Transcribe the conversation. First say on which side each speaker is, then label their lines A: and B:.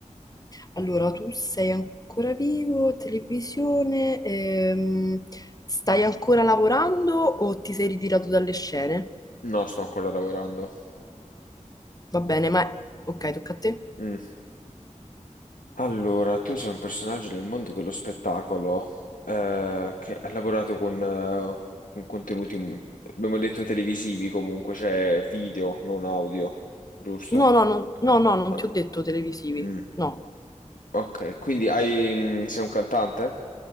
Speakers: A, on the left; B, on the left.
A: Allora, tu sei ancora vivo, televisione, ehm, stai ancora lavorando o ti sei ritirato dalle scene?
B: No, sto ancora lavorando.
A: Va bene, ma... Ok, tocca a te.
B: Mm. Allora, tu sei un personaggio nel mondo dello spettacolo eh, che ha lavorato con, eh, con contenuti, mm, abbiamo detto televisivi comunque, cioè video, non audio, giusto?
A: No, no, no, no, no, non
B: Ah, no.
A: ti ho detto televisivi.
B: Mm.
A: No.
B: Ok, quindi hai, mm, sei un cantante?